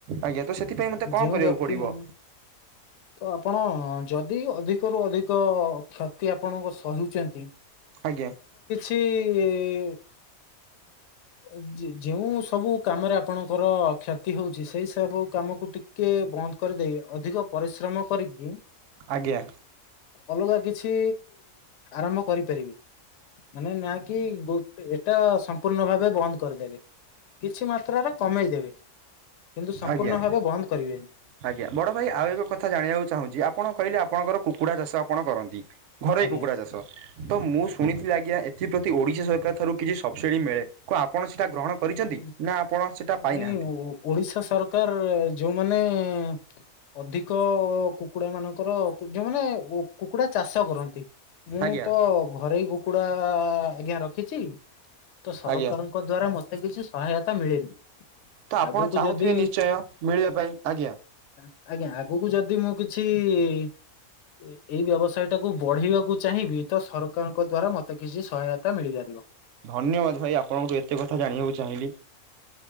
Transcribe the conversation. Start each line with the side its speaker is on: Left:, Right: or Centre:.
Right: ଆଜ୍ଞା ତ ସେଥିପାଇଁ ମତେ କଣ
Left: ଯେଉଁ
Right: କରିବାକୁ
Left: ବ୍ୟକ୍ତି
Right: ପଡିବ?
Left: ମାନେ ତ ଆପଣ ଯଦି ଅଧିକରୁୁ ଅଧିକ କ୍ଷତି ଆପଣଙ୍କ ସହିଚନ୍ତି
Right: ଆଜ୍ଞା।
Left: କି? ଅ ଯ ଯେଉଁ ସବୁ କାମରେ ଆପଣଙ୍କର କ୍ଷତି ହଉଛି ସେଇ ସବୁ କାମକୁ ଟିକେ ଏ ବନ୍ଦ କରିଦେଇ ଅଧିକ ପରିଶ୍ରମ କରିକି
Right: ଆଜ୍ଞା।
Left: ଅଲଗା କିଛି ଆରମ୍ଭ କରିପାରିବି ମାନେ ନା କି ଗୋ ପେ ଏଇଟା ସମ୍ପୂର୍ଣ୍ଣ ଭାବେ ବନ୍ଦ କରିଦେବେ କିଛି ମାତ୍ରାରେ କମେଇଦେବେ। କିନ୍ତୁ ସମ୍ପୂର୍ଣ୍ଣ
Right: ଆଜ୍ଞା।
Left: ଭାବେ ବନ୍ଦ କରିବେନି।
Right: ଆଜ୍ଞା ବଡ ଭାଇ ଆଉ ଏକ କଥା ଜାଣିବାକୁ ଚାହୁଁଚି ଆପଣ କହିଲେ ଆପଣଙ୍କର କୁକୁଡା ଚାଷ ଆପଣ କରନ୍ତି। ଘରୋଇ
Left: ଆଜ୍ଞା
Right: କୁକୁଡ଼ା ଚାଷ ତ ମୁଁ ଶୁଣିଥିଲି ଆଜ୍ଞା ଏଥିପ୍ରତି ଓଡିଶା ସରକାର ଠାରୁ କିଛି ସ ଛେଳି ମିଳେ କୁ ଆପଣ ସେଟା ଗ୍ରହଣ କରିଛନ୍ତି
Left: ଅଁ ଇ
Right: ନା ଆପଣ ସେଟା ପାଇନାହାନ୍ତି
Left: ନାଇଁ ଓ ଓଡିଶା ସରକାର ଯଉମାନେ ଆଁ, ଅଧିକ କୁକୁଡା ମାନଙ୍କର କୁ, ଯୋଉମାନେ ଗୁ, କୁକୁଡା ଚାଷ କର ନ୍ତି। ମୁଁ
Right: ଆଜ୍ଞା
Left: ତ ଘରୋଇ କୁକୁଡା ଆଜ୍ଞା, ରଖିଛି। ତ ସରକାରଙ୍କ
Right: ଆଜ୍ଞା।
Left: ଦ୍ଵାରା ମତେ କିଛି ସହାୟତା, ମିଳେନି।
Right: ତ ଆପଣ
Left: ଆଗକୁ
Right: ଚାହୁଁଥିବେ
Left: ଯଦି
Right: ନିଶ୍ଚୟ ମିଳିବା ପାଇଁ? ଆଜ୍ଞା।
Left: ଆଜ୍ଞା, ଆଗକୁ ଯଦି ମୁଁ କିଛି ଏ, ଏଇ ବ୍ୟବସାୟ ଟାକୁ ବଢେଇବାକୁ ଚାହିଁବି, ତ ସରକାରଙ୍କ ଦ୍ଵାରା ମତେ କିଛି ସହାୟତା ମିଳିଯାରିବ।
Right: ଧନ୍ୟବାଦ ଭାଇ, ଆପଣଙ୍କଠୁ ଏତେ କଥା ଜାଣିବାକୁ ଚାହିଁଲିି।